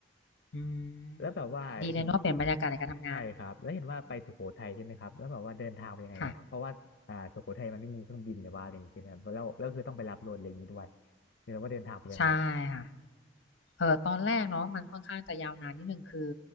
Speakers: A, on the left; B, on the left.
A: อื
B: แล้วแบบว่าเห็น
A: ม ดีเลยเนาะเปลี่ยนบรรยากาศในการทำงาน
B: ใช่ครับแล้วเห็นว่าไปสุโขทัยใช่ไหมครับแล้วแบบว่าเดินทางไปนยังไงเหรอครับเพราะว่าอ่าสุโขทัยมันไม่มีเครื่องบินหรือว่าอะไรอย่างเงี้ยครับแล้วแล้วคือต้องไปรับรถอะไรอย่างงี้ด้วย
A: ค่ะ
B: เดี๋ยวว่าเดินทางไปนยังไงล่ะครบ
A: ใช่ค่ะ เอ่อตอนแรกเนาะมันค่อนข้างจะยาวนานนิดหนึ่งคือ